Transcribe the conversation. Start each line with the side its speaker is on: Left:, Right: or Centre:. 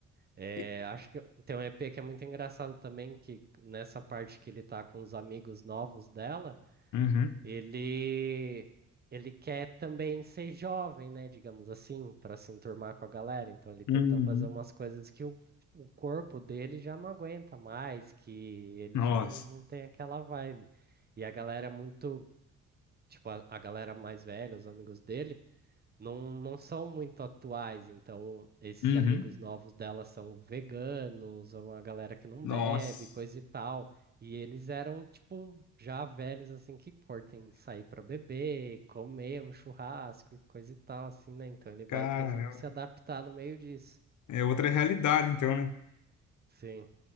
Right: É,
Left: E-
Right: acho que tem um EP que é muito engraçado também, que nessa parte que ele tá com os amigos novos dela,
Left: Uhum.
Right: ele ele quer também ser jovem, né, digamos assim, para se enturmar com a galera. Então ele tenta
Left: Uhum.
Right: fazer umas coisas que o, o corpo dele já não aguenta mais, que ele
Left: Nossa.
Right: já não, não tem aquela vibe. E a galera é muito, tipo, a, a galera mais velha, os amigos dele não, não são muito atuais, então esses
Left: Uhum.
Right: amigos novos dela são veganos, ou uma galera que não
Left: Nossa.
Right: bebe, coisa e tal. E eles eram, tipo, já velhos, assim, que curtem sair pra beber, comer um churrasco e coisa e tal, assim, né? Então ele vai
Left: Caramba.
Right: tendo que se adaptar no meio disso.
Left: É outra realidade, então, né?
Right: Sim,